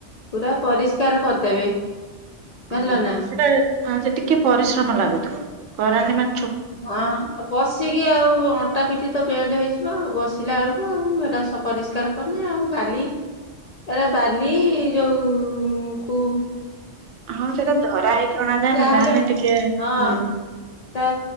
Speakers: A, on the left (about 60°); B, on the right (about 80°).
A: ପୁରା ପରିଷ୍କାର କରିଦେବେ। ଜାଣିଲ
B: ଓହୋ
A: ନା।
B: ସେଟା ଟିକେ ପରିଶ୍ରମ ଲାଗୁଥୁବ। କରାଣ୍ଡି ମା
A: ହଁ ଆ ବସି କି ଆଉ ଅଣ୍ଟା ପିଠି ତ ବେଣ୍ଡ ହେଇଯିବ ଆଉ ବସିଲା ବେଳକୁ ଆଉ ହେରା ସ ପରିଷ୍କାର କନେ ଆଉ ବାଲି ଏରା ବାଲି ଯୋଉ କୋଉ
B: ହଁ ସେଟା ଧରା ହେଇକି ଅଣାଯାଏନା
A: ଯାହାହେଲେ
B: ଜାହାନେ ଟିକେ
A: ହଁ
B: ହୁଁ।
A: ତା